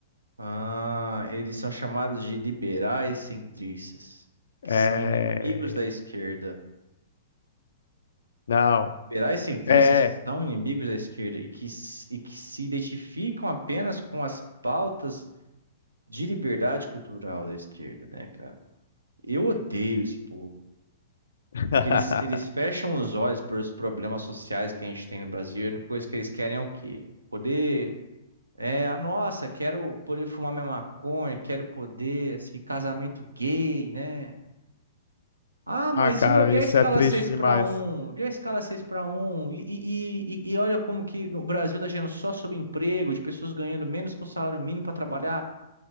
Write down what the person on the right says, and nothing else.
Ah, eles são chamados de liberais centristas, que
são inimigos da esquerda.
Liberais centristas
são inimigos da esquerda e que, s- e que se identificam apenas com as pautas de liberdade cultural da esquerda, né, cara? Eu odeio esse povo.
Que eles, eles fecham os olhos para os problemas sociais que a gente tem no Brasil. E a única coisa que eles querem é o quê? Poder. É, a nossa, quero poder fumar minha maconha, quero poder, assim, casamento gay, né? Ah,
mas
e, o- e
a escala
6 para
um? E a escala 6 para um? E, e, e, e e olha como que o Brasil tá gerando só sobre emprego, de pessoas ganhando menos que o salário mínimo para trabalhar.